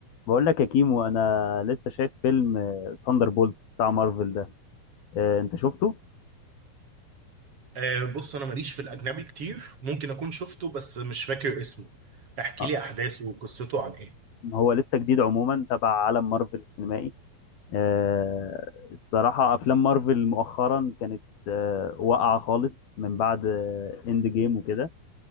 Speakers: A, on the left; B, on the right.
A: بقول لك يا كيمو انا لسه شايف فيلم ساندر بولز بتاع مارفل ده آه، انت شفته
B: آه بص انا ماليش في الاجنبي كتير ممكن اكون شفته بس مش فاكر اسمه احكي
A: آه،
B: لي احداثه وقصته عن ايه
A: هو لسه جديد عموما تبع عالم مارفل السينمائي آه، الصراحة افلام مارفل مؤخرا كانت آه، واقعة خالص من بعد اند جيم وكده